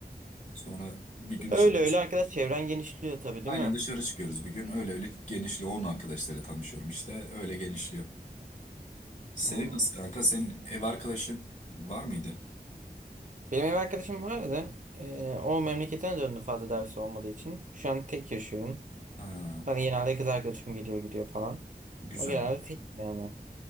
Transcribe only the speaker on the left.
Sonra bir gün
dışarı
çık-
Aynen
dışarı çıkıyoruz bir gün. Öyle öyle genişliyor. Onun arkadaşlarıyla tanışıyorum işte. Öyle genişliyor. Senin
nasıl kanka? Senin ev arkadaşın var mıydı?
Ha,
güzel.